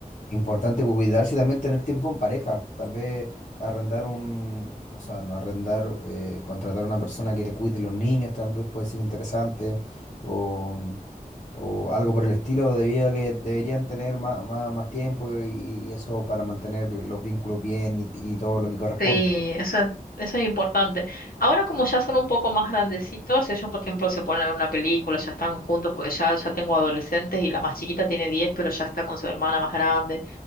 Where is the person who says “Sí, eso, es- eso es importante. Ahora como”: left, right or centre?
Left